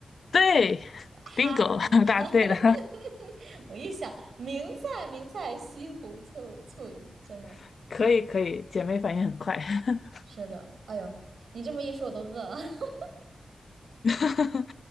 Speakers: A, on the left (about 65°); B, on the right (about 90°).
A: 对 <laughs>，bingo，
B: 哈哈哈！
A: <laughs> 答对了，
B: <laughs> 我一想，名菜名菜，西湖醋醋鱼，真的。
A: <laughs> 可以可以，姐妹反应很快。<laughs>
B: 是的，哎呦，你这么一说，我都饿了。<laughs>
A: <laughs>